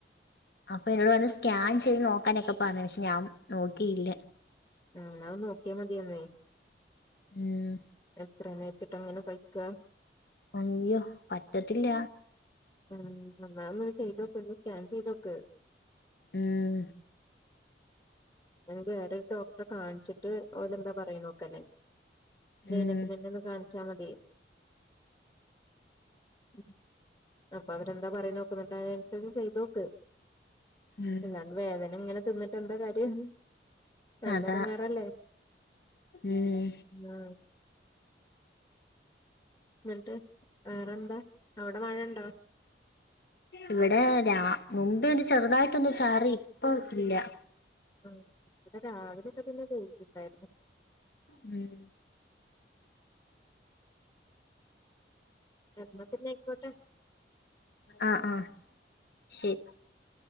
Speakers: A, on the left (about 60°); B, on the left (about 20°).
A: അപ്പൊ എന്നോട് പറഞ്ഞത് സ്കാൻ ചെയ്ത് നോക്കാനൊക്കെ പറഞ് പക്ഷെ ഞാൻ നോക്കിയില്ല
B: ഉം ന്ന ഒന്ന് നോക്കിയ മതിയന്നേ
A: ഉം
B: എത്രന്ന് വെച്ച് ഇപ്പങ്ങനെ സഹിക്ക
A: അയ്യോ പറ്റത്തില്ല
B: ഉം എന്നാ ഒന്ന് ചെയ്തോക്ക് ഒന്ന് സ്കാൻ ചെയ്തോക്ക്
A: ഉം
B: എന്നിട്ട് വേറൊരു ഡോക്ടറെ കാണിച്ച് ട്ട് ഓലെന്താ പറയുന്ന നോക്കന്നേ ഗൈനക്കിനെന്നേ
A: ഉം
B: ഒന്ന് കാണിച്ചാൽ മതിയെ ഉം അപ്പൊ അവരെന്താ പറയ്ണെ നോക്കത് റ്റെം ചെന്ന് ചെയ്തോക്ക്
A: ഉം
B: ഇങ്ങനെ വേദന ഇങ്ങനെ തിന്നിട്ടെന്താ കാര്യം നല്ലഎടങ്ങേറല്ലേ
A: അതാ ഉം
B: ആ എന്നിട്ട് വേറെന്താ അവിടെ മഴണ്ടോ
A: ഇവിടെ രാ മുമ്പേ ഒന്ന് ചെറുതായിട്ടൊന്നു ചാറി ഇപ്പൊ ഇല്ല
B: ഉം ഇവിടെ രാവിലെയക്കെ പിന്നെ വെയിലുണ്ടാരുന്നു
A: ഉം
B: എന്നാ പിന്നെ ആയിക്കോട്ടെ
A: ആഹ് ആഹ് ശെരി